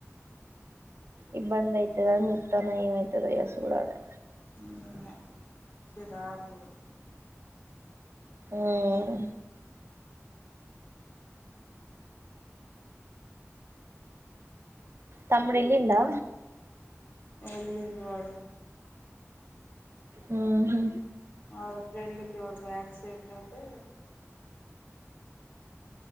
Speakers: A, on the right; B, on the left.
A: ఇబ్బంది అయితదని చూత్తన్న ఏమైతదో ఇగ సూడాలే
B: నిన్న చిరాకు పుడుతుంది
A: మ్మ్ తమ్ముడు ఎల్లిండా
B: వెళ్ళిండు వాడు
A: మ్మ్ హు
B: వాళ్ళ ఫ్రెండ్కి ఎవరికో యాక్సిడెంట్ అయితే